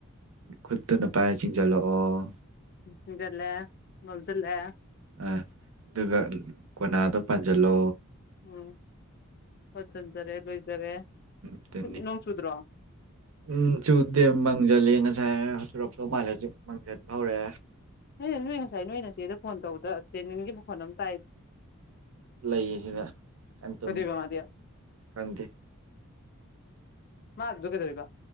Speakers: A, on the right (about 70°); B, on the left (about 45°).
A: ꯈꯨꯠꯇꯨꯅ ꯄꯥꯏꯔ ꯆꯤꯡꯁꯤꯜꯂꯛꯑꯣ
B: ꯎꯝꯒꯂꯦ ꯃꯖꯂꯦ
A: ꯑ ꯑꯗꯨꯒ ꯀꯣꯅꯥꯗꯣ ꯄꯥꯟꯁꯤꯜꯂꯣ
B: ꯎꯝ ꯐꯣꯏꯠꯖꯤꯟꯖꯔꯦ ꯂꯣꯏꯖꯔꯦ
A: ꯑꯗꯨꯅꯤ
B: ꯅꯣꯡ ꯆꯨꯗ꯭ꯔꯣ
A: ꯎꯝ ꯆꯨꯗꯦ ꯃꯥꯡꯁꯤꯜꯂ ꯉꯁꯥꯏ ꯆꯨꯔꯞꯇꯧ ꯃꯥꯜꯂꯁꯨ ꯃꯥꯡꯁꯤꯟ ꯍꯧꯔꯦ
B: ꯍ ꯅꯣꯏ ꯉꯁꯥꯏ ꯅꯣꯏꯅ ꯆꯦꯗ ꯐꯣꯟ ꯇꯧꯕꯗ ꯇꯦꯅꯤꯒꯤ ꯃꯈꯣꯟꯜ ꯑꯃ ꯇꯥꯏ
A: ꯂꯩꯁꯤꯗ ꯀꯩꯅ ꯇꯨꯝꯃꯤ
B: ꯀꯩꯗꯧꯕ ꯃꯥꯗꯤ
A: ꯈꯪꯗꯦ
B: ꯃꯥꯗꯨꯗ ꯀꯩꯗꯧꯔꯤꯕ